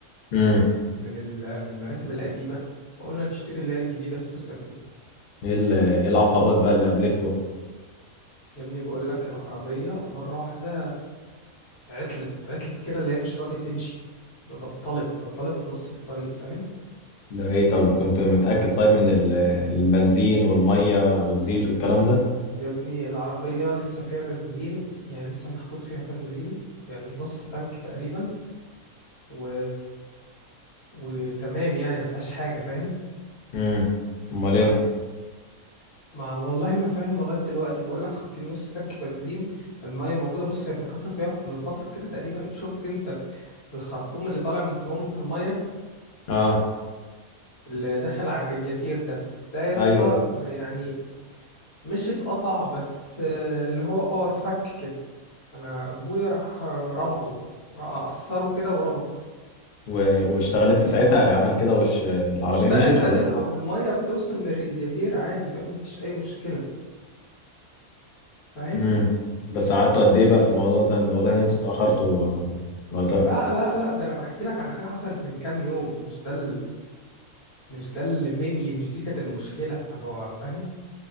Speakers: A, on the left; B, on the left.
A: امم
B: من ال- من المراتب القديمة فقلنا نشتري اللي هي الجديدة السوسة دي
A: ايه ال- إيه العقبات بقى اللي قابلتكوا
B: يا ابني بقول لك العربية مرة واحدة عطلت عطلت كده اللي هي مش راضية تمشي بطلت بطلت في نص الطريق فاهم
A: ده ايه طب كنت متأكد طيب من ال- البنزين والمية او الزيت والكلام ده
B: يا ابني العربية لسه فيها بنزين يعني لسه محطوط فيها بنزين يعني نص تانك تقريبا و... وتمام يعني ما فيهاش حاجة فاهم
A: امم امال
B: وبعد
A: ايه
B: ما والله ما فاهم لغايه دلوقتي بقول لك حاطين نص تانك بنزين المايه موجوده بص هي كان حصل فيها من فتره كده تقريبا شفت انت الخرطوم اللي طالع من ترمبه المايه
A: اه
B: اللي داخل على الرادياتير ده ده يسا
A: ايوه أيوة.
B: ما- يعني مش اتقطع بس آه، اللي هو اه اتفك كده فانا ابويا راح آه، ربطه را- قصره كده وربطه
A: و- واشتغلت في ساعتها يعني عمل كده وش العربية
B: اشتغلت
A: مشيت
B: عادي
A: ولا ايه
B: والميه
A: اللي حصل
B: بتوصل من الرادياتير عادي فاهم مفيش اي مشكله فاهم
A: امم بس قعدتوا قد ايه بقى في الموضوع ده الوضع ان انتوا اتأخرتوا آه، وقتها
B: لا لا لا ده انا بحكي لك عن حاجه حصلت من كام يوم مش ده مش ده اللي مينلي مش دي كانت المشكلة انا بقى فاهم